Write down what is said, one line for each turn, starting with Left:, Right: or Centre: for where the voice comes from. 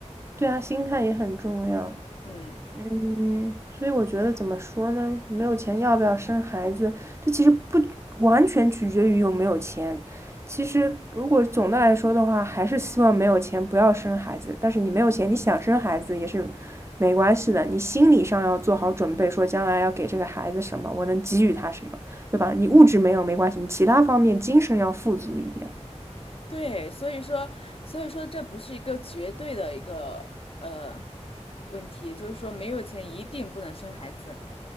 Right: 对啊，心态也很重要。
Left: 嗯。
Right: 嗯，所以我觉得怎么说呢？没有钱要不要生孩子，这其实不完全取决于有没有钱。其实如果总的来说的话，还是希望没有钱不要生孩子。但是你没有钱，你想生孩子也是没关系的。你心理上要做好准备，说将来要给这个孩子什么，我能给予他什么，对吧？你物质没有没关系，你其他方面精神要富足一点。
Left: 对，所以说，所以说这不是一个绝对的一个呃问题，就是说没有钱一定不能生孩子，